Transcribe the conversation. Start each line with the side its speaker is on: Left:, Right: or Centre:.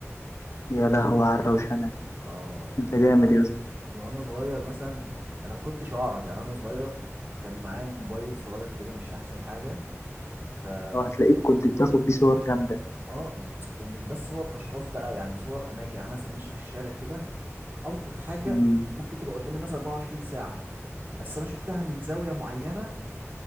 Left: يا لهوي على الروشنه
Right: اه يعني
Left: انت جامد
Right: من وانا صغير مثلا انا ما كنتش اعرف يعني انا صغير كان معايا موبايل صغير كده مش احسن حاجه فكنت
Left: اه هتلاقيك كنت بتاخد بيه صور جامدة
Right: اه ومش بس صور اشخاص بقى يعني صور اماكن يعني انا مثلا ماشي في الشارع كده القط حاجه
Left: مم.
Right: ممكن تبقى قدام الناس 24 ساعه بس انا شفتها من زاويه معينه